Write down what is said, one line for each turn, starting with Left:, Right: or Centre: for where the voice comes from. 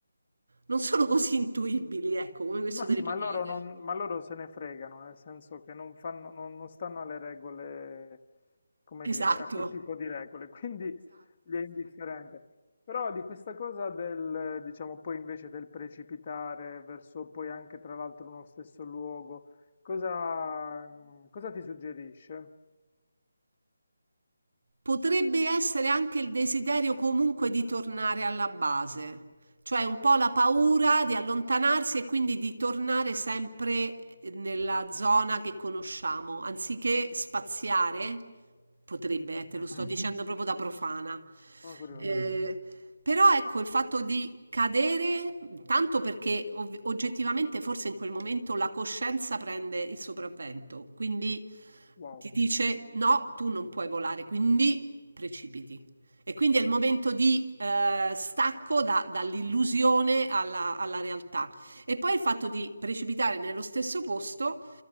Right: Non sono così intuibili, ecco, come questo
Left: Ma
Right: delle
Left: sì,
Right: patate.
Left: ma loro, non, ma loro se ne fregano, nel senso che non fanno, non, non stanno alle regole come dire,
Right: Esatto.
Left: a quel tipo di regole, <laughs> quindi gli è indifferente. Però di questa cosa del, diciamo, poi invece del precipitare verso poi anche tra l'altro uno stesso luogo, cosa, cosa ti suggerisce?
Right: potrebbe essere anche il desiderio comunque di tornare alla base, cioè un po' la paura di allontanarsi e quindi di tornare sempre nella zona che conosciamo, anziché spaziare, potrebbe, eh, te
Left: Mhm,
Right: lo sto dicendo proprio da profana.
Left: Sono curioso.
Right: Eh, però ecco il fatto di cadere, tanto perché ov- oggettivamente forse in quel momento la coscienza prende il sopravvento, quindi
Left: Wow.
Right: ti dice no, tu non puoi volare, quindi precipiti. E quindi è il momento di eh, stacco da- dall'illusione alla, alla realtà. E poi il fatto di precipitare nello stesso posto,